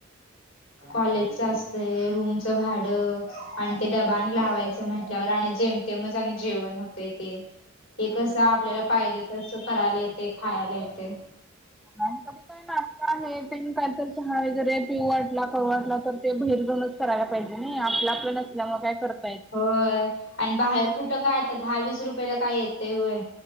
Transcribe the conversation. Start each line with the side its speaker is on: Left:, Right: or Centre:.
Left: कॉलेजच असतय रूमचं भाडं आणि ते डबाने लावायचं म्हटल्यावर आणि जेम ते मझ आणि जेवण होत तय ते हे कसं आपल्याला पाहिजे तस करायला येते खायला येतय.
Centre: <unintelligible> नास्ता आहे पण कायत चहा वगैरे पिऊ वाटला खाऊ वाटला तर ते बहीर जाऊनच करायला पाहिजे नाही आपलं आपलं नसल्यामुळे काय करत
Left: होय आणि बाहेर कुठं काय आता दहा वीस रुपयाला काय येतंय होय.